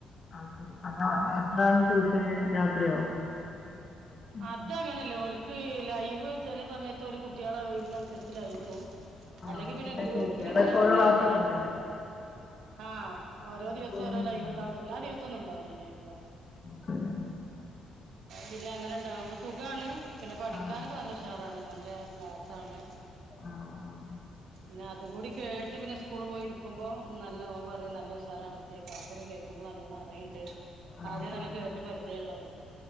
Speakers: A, on the left; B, on the right.
A: <unintelligible> എപ്പഴാണ്
B: ഉം
A: ട്യൂഷൻ രാത്രിയോ ഉം
B: അത് അങ്ങനല്ല ഒൽക്ക് ലൈവ് ചെല സമയത്ത് ഓല് കുട്ടികളെ ഒയ് വിനന്നുസരിച്ച് ലൈവ് ഇടും
A: ആഹ്
B: അല്ലെങ്കി പിന്നെ ഗ്രൂപ്പിൽ
A: ചോദിച്ചേ
B: ഇങ്ങനെ
A: റെക്കോർഡ്
B: വിടാണ്
A: ക്ലാസ്
B: ചെയ്യാ
A: ഒക്കെ ഉണ്ടല്ലേ
B: ആഹ് ഓരോ
A: റെക്കോർഡിങ്
B: ദിവസം ഓരോ
A: ഇല്ലല്ലോ
B: ലൈവ് ഇണ്ടാവും എല്ലാ ദിവസൊന്നും ഇണ്ടാവൂല ലൈവ് ക്ലാസ്
A: ശരി
B: പിന്നെ അങ്ങനെ ഇതാവുമ്പോ സുഖാണ് പിന്നെ പഠിക്കാനൊക്കെ
A: ആഹ്
B: നല്ല ഉഷാറാണ് നല്ല ക്ലാസാണ്
A: ആഹ് ആഹ്
B: പിന്നെ അതും കൂടി കേട്ട് പിന്നെ സ്കൂള് പോയിരിക്കും കേക്കുമ്പോം നല്ല ഓൻ പറയും നല്ല ഉഷാറാ മ്മച്യേ ക്ലാസ്സൊക്കെ കേൾക്കുമ്പോ നല്ലോണം അറിയ്ണ്ട്
A: ആഹ്
B: ആദ്യം നല്ല
A: ആഹ്
B: കേട്ട് പരിചയം ഉള്ളതോണ്ട്